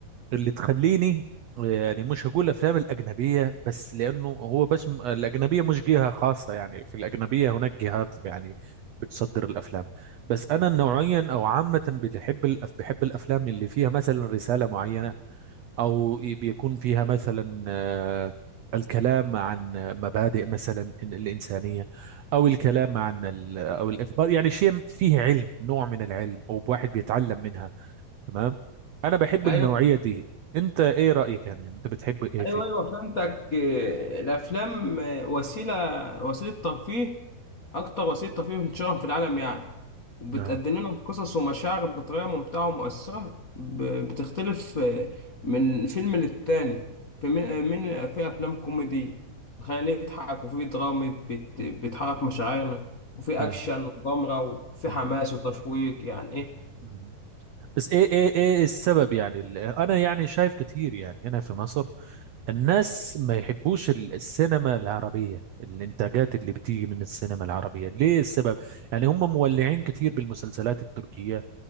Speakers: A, on the right; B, on the left.
A: اللي تخليني يعني مش هقول افلام الاجنبيه بس لانه هو بس م- الاجنبيه مش جهه خاصه يعني في الاجنبيه هناك جهات يعني بتصدر الافلام بس انا نوعيا او عامه بحب الأف- بحب الافلام اللي فيها مثلا رساله معينه او ي- بيكون فيها مثلا آه، الكلام عن مبادئ مثلا ال- الانسانيه او الكلام عن ال- او الاخبار يعني شيء فيه علم نوع من العلم او واحد بيتعلم منها تمام انا بحب
B: ايوه
A: النوعيه دي انت ايه رايك يعني انت بتحب ايه
B: ايوه
A: في
B: ايوه فهمتك إيه، الافلام إيه، وسيله وسيله ترفيه اكتر وسيله ترفيه انتشارا في العالم يعني وبتقدم
A: النوع
B: لنا قصص ومشاعر بطريقه ممتعه ومؤثره ب- بتختلف إيه، من فيلم للتاني في من آه، من- في افلام كوميدي خلينا نضحك وفي دراما بت- بتحرك مشاعرنا وفي
A: آه.
B: اكشن وغامره وفي
A: مم.
B: حماس وتشويق يعني إيه.
A: مم. بس ايه ايه ايه السبب يعني ال- انا يعني شايف كتير يعني هنا في مصر الناس ما يحبوش ال- السينما العربيه الانتاجات اللي بتيجي من السينما العربيه ليه السبب يعني هم مولعين كتير بالمسلسلات التركيه